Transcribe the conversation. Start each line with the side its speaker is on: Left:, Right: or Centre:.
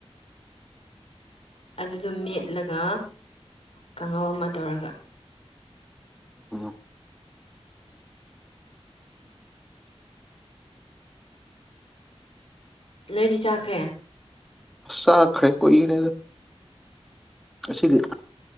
Left: ꯑꯗꯨꯗꯣ ꯃꯦꯠꯂꯒ ꯀꯥꯡꯍꯧ ꯑꯃ ꯇꯧꯔꯒ
Centre: ꯎꯝ
Left: ꯅꯣꯏꯗꯤ ꯆꯥꯈ꯭ꯔꯦ
Centre: ꯆꯥꯈ꯭ꯔꯦ ꯀꯨꯏꯔꯦ ꯉꯁꯤꯗꯤ